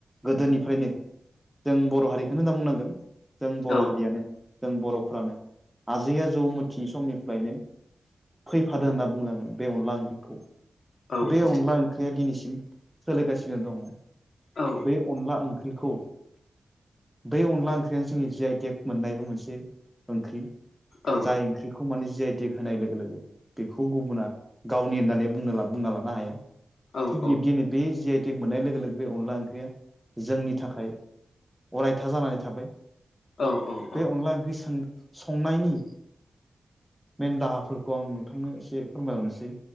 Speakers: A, in the centre; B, on the left (about 75°).
A: गोदोनिफ्रायनो जों बर' हारिखौनो होनना बुंनांगोन जों बर'
B: औ
A: हारियानो जों बर'फ्रानो आजै आजौ मथियि समनिफ्रायनो फैफादो होनना बुंनांगोन बे अनला ओंख्रि
B: औ
A: बे
B: औ
A: अनला ओंख्रिया दिनैसिम सोलिगासिनो दङ।
B: औ
A: बे अनला ओंख्रिखौ बे अन नला ओंख्रियानो जोंनि जि आइ टेक मोननायबो मोनसे ओंख्रि
B: औ
A: जाय ओंख्रि खौ माने जि आइ टिक होनाय लोगो लोगो बेखौ गुबुना गावनि होननानै बुंना बुंना लानो हाया।
B: औ
A: थिक
B: औ
A: बिदिनो बे जि आइ मोननाय लोगो लोगो बे अनला ओंख्रिया जोंनि थाखाय अरायथा जानानै थाबाय
B: औ औ
A: बे अनला ओंख्रि सों संनायनि मेन दाहाफोरखौ आं नोंथांनो एसे फोरमायहरनोसै